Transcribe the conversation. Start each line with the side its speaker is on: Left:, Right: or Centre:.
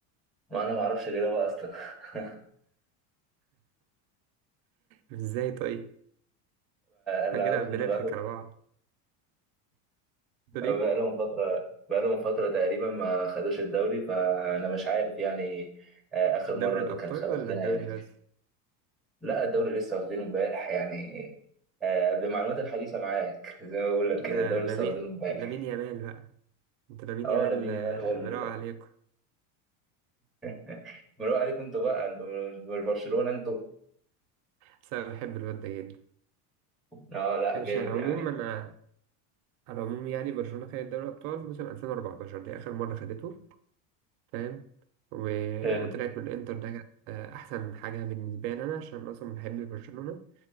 Centre: ما انا ما اعرفش الاجابة اصلا <laughs>
Right: ازاي طيب احنا
Centre: اللي
Right: كده
Centre: اعرفه
Right: بنضحك
Centre: ان بقاله
Right: على بعض
Centre: بقالهم
Right: تقول ايه
Centre: فترة بقالهم فترة تقريبا ما خدوش الدوري فانا مش عارف يعني آه، اخر
Right: دوري
Centre: مرة دول
Right: الأبطال
Centre: كان خد- واخدينها
Right: ولا الدوري
Centre: امتى
Right: بس
Centre: لا الدوري لسه واخدينه امبارح يعني آه بمعلومات الحديثة معاك <laughs> زي ما بقول لك
Right: ده
Centre: كده الدوري
Right: لامين
Centre: لسه واخدينه امبارح
Right: لامين يامال بقى انت لامين
Centre: اه
Right: يامال
Centre: لامين
Right: آه،
Centre: يامال هو ال...
Right: مراوغ عليكم
Centre: <laughs> مروق عليكم انتوا بقى انتوا مش برشلونة انتوا
Right: بس انا بحب الواد ده جدا
Centre: اه لا
Right: ماشي
Centre: جامد
Right: على العموم
Centre: يعني
Right: انا على العموم يعني برشلونة خدت دوري الأبطال موسم 2014 دي آخر مرة خدته فاهم ولما
Centre: حلو
Right: طلعت من الإنتر ده كانت آه، أحسن حاجة بالنسبة لي أنا عشان أصلا بحب برشلونة